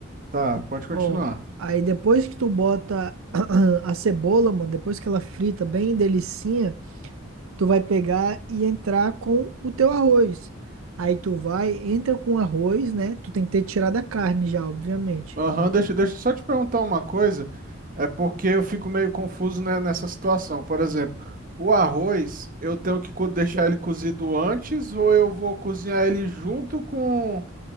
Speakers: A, on the right (about 40°); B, on the right (about 80°).
A: Tá, pode continuar.
B: Ó, aí depois que tu bota <clears throat> a cebola, mano, depois que ela frita bem delicinha, tu vai pegar e entrar com o teu arroz. Aí tu vai, entra com o arroz, né? Tu tem que ter tirado a carne já, obviamente.
A: Aham, deixa, deixa eu só te perguntar uma coisa. É porque eu fico meio confuso, né, nessa situação. Por exemplo, o arroz, eu tenho que co- deixar ele cozido antes ou eu vou cozinhar ele junto com,